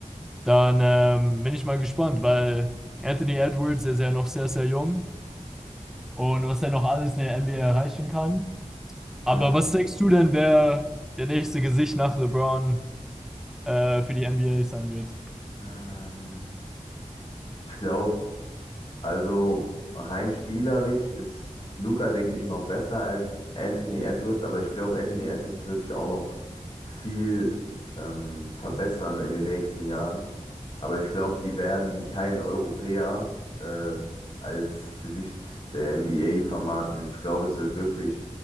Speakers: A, in the centre; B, on the left.
A: dann ähm, bin ich mal gespannt, weil Anthony Edwards der ist ja noch sehr, sehr jung und was er noch alles in der NBA erreichen kann. Aber
B: Mhm.
A: was denkst du denn, wer der nächste Gesicht nach LeBron äh, für die NBA sein wird?
B: Ähm, ich glaube, Also rein spielerisch ist Luka, denke ich, noch besser als Anthony Edwards, aber ich glaube, Anthony Edwards wird sich auch noch viel ähm, verbessern in den nächsten Jahren. Aber ich glaube, die werden keinen Europäer äh, als Gesicht der NBA vermarkten. Ich glaube, es wird wirklich